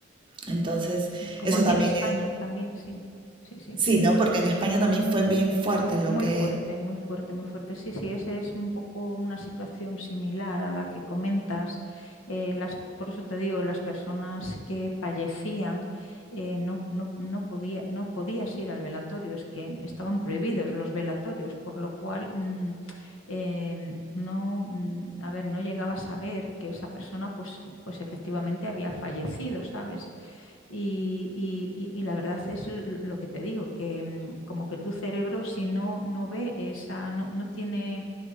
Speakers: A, on the right; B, on the left.
A: Entonces,
B: sí. Como
A: eso
B: aquí
A: también
B: en España
A: es,
B: también, sí, sí, sí.
A: sí, ¿no? Porque en España también fue bien fuerte lo
B: Muy
A: que...
B: fuerte, muy fuerte, muy fuerte. Sí, sí, esa es un poco una situación similar a la que comentas. Eh, las, por eso te digo, las personas que fallecían eh, no, no, no podía, no podías ir al velatorio, es que estaban prohibidos los velatorios, por lo cual mm, em, no, mm, a ver, no llegaba a saber que esa persona pues, pues efectivamente había fallecido, ¿sabes? Y, y- y- y la verdad es l- lo que te digo, que mm, como que tu cerebro si no, no ve esa, no, no tiene